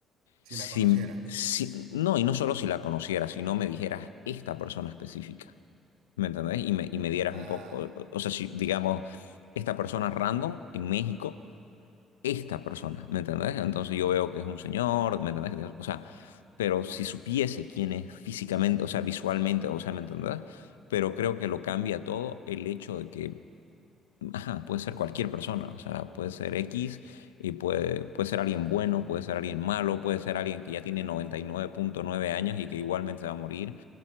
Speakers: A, on the right; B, on the left.
A: si
B: si,
A: la conociera.
B: si, no, y no solo si la conocieras, sino me dijeras esta persona específica. ¿Me entendés? Y me, y me dieras
A: Ah,
B: un poco, o, o sea, si digamos, esta persona random en México, esta persona, ¿me entendés? Entonces yo veo que es un señor, ¿me entendés? Que tiene- O sea, pero si supiese quién es físicamente, o sea, visualmente, o sea, ¿me entendés? Pero creo que lo cambia todo el hecho de que, ajá, puede ser cualquier persona, o sea, puede ser X y puede, puede ser alguien bueno, puede ser alguien malo, puede ser alguien que ya tiene noventa y nueve punto nueve años y que igualmente va a morir.